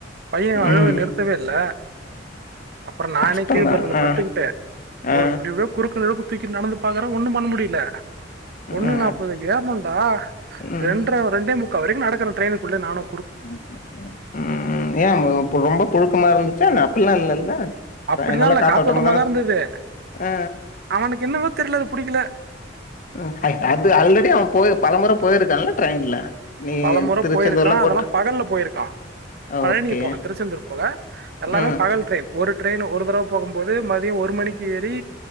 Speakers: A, on the right; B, on the left.
A: பைய அழுவ
B: ம்
A: நிறு தவே இல்ல அப்பறோ நானே
B: கஷ்டந்தா
A: கீழ் பர்த்துல
B: ஆ
A: படுத்துக்கிட்டு
B: ஆ
A: ஒரு இப்டிவே குறுக்கு நெருக்கு தூக்கி நடந்து பாக்குற ஒன்னும் பண்ண முடில ஒன்னு
B: ஆ
A: நாப்பதுக்கு ஏற்ணோன்டா
B: ம்
A: தெண்டற ரெண்டே முக் முக்கா வரைக்கு நடக்குற ட்ரெயினுக்குள்ள நானோ
B: <unintelligible> ஏ <unintelligible> ரொம்போ புழுக்கமா இருந்துச்சா என்ன அப்பெல்லா இல்லல்ல
A: அப்டிதால்ல
B: ட்ரெயின் நல்லா காத்தோட்டமா
A: காத்தோட்டமாதா
B: தான
A: இருந்தது
B: ஆ
A: அவனுக்கு என்னவோ தெரில அது புடிக்கல
B: ம் ஏய் அது ஆல்ரெடி அவ போய் பலமுற போயிருக்கான்ல ட்ரெயின்ல நீ
A: பலமுற
B: திருச்செந்தூர்லா
A: போயிருக்கா அதெல்லா
B: கூட்டு
A: பகல்ல போயிருக்கா பழனி
B: ஓகே
A: போன திருச்செந்தூர் போல எல்லாமே
B: ம்
A: பகல் ட்ரெயின் ஒரு ட்ரெயின் ஒரு தடவ போகும்போது மதியோ ஒரு மணிக்கு ஏறி